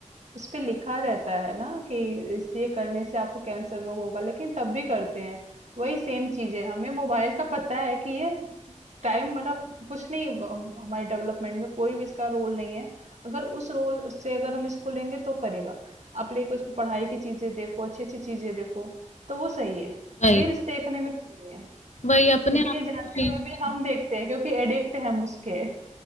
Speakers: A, on the right; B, on the left.
A: उसपे लिखा रहता है ना कि इस ये करने से आपको कैंसर रोग होगा लेकिन तब भी करते हैं वही सेम चीज है हमें मोबाइल का पता है कि ये टाइम मतलब कुछ नहीं हम- हमारे डेवलपमेंट में कोई भी इसका रोल नहीं है अगर उस रोल उससे अगर हम इसको लेंगे तो करेगा आप लेके उसमें पढ़ाई की चीजें देखो अच्छी अच्छी चीजें देखो तो वो सही है
B: वही
A: रील्स देखने में तो नहीं है
B: वही अपने
A: लेकिन
B: आप
A: ये जानते
B: को चेंज
A: हुए
B: करना
A: भी हम देखते हैं क्योंकि एडिक्ट हैं हम उसके